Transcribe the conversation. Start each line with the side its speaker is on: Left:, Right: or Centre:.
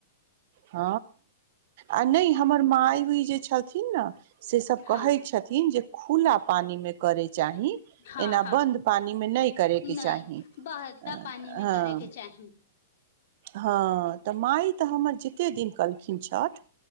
Right: ह आ नइ हमर मााय भी जे छथिन न से सभ कहइ
Left: हँ
Right: छथिन जे खुला पानी मे करे चाही
Left: हँ
Right: एना
Left: हँ
Right: बन्द पानी मै नइ करेके
Left: नहि
Right: चाहि
Left: बहता
Right: ह्म
Left: पानी मे करे के चाही
Right: ह्म त माइ त हमर जेते दिन कलखिन छ्ठ